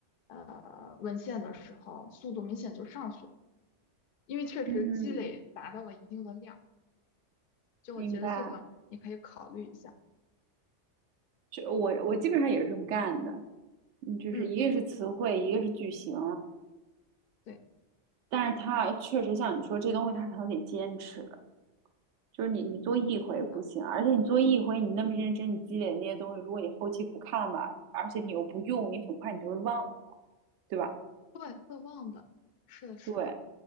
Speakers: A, on the left; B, on the right.
A: 呃文献的时候，速度明显就上去了，因为确实积累达到了一定的量。
B: 嗯，
A: 就我觉得这个你可以考虑一下。
B: 明白。就我我基本上也是这么干的，嗯，就是一个是词汇，
A: 嗯，
B: 一个是句型，
A: 对，
B: 但是它确实像你说这东西，它可能得坚持。就是你，你做一回不行，
A: 是的，
B: 而且你做一回，你那么认真，你积累的那些东西，如果你后期不看吧，而且你又不用，你很快你就会忘了。对吧？
A: 对，会忘的，是的，是的，
B: 对，